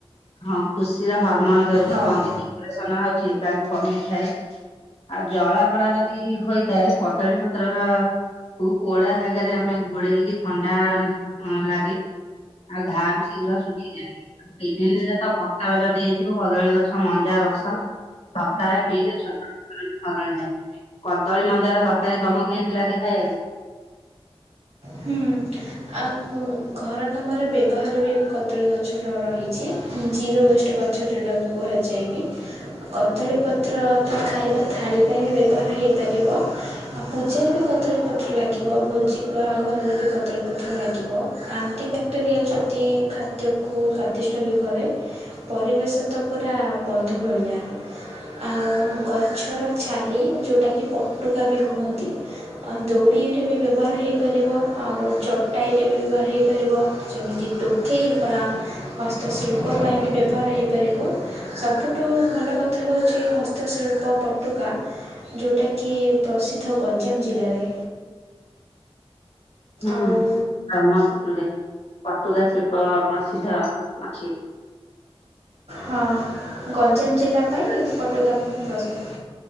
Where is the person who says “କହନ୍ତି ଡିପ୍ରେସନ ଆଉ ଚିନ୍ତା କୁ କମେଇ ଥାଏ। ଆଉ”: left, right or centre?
Left